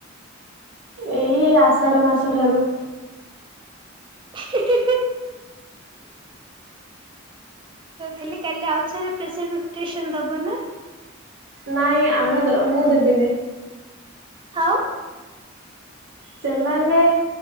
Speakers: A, on the right; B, on the right.
A: ଏଇ ଆଷାଢ଼ ମାସଠାରୁ।
B: <inaudible> ତ ଥିଲି କାଲି ଆଉଥରେ ପ୍ରେସେନଷ୍ଟେସନ ଦବ ନା?
A: ନାଇଁ ଆମେ ମୁଁ ଦେବିନି।
B: ଆଉ
A: ସେମାନେ